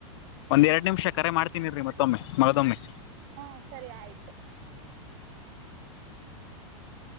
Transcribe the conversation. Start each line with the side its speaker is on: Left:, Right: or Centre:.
Left: ಒಂದ್ ಎರಡ್ ನಿಮಷ ಕರೆ ಮಾಡ್ತೀನಿ ಇರ್ರೀ ಮತ್ತೊಮ್ಮೆ ಮಗದೊಮ್ಮೆ.
Right: ಹಾ ಸರಿ ಆಯ್ತು. <inaudible>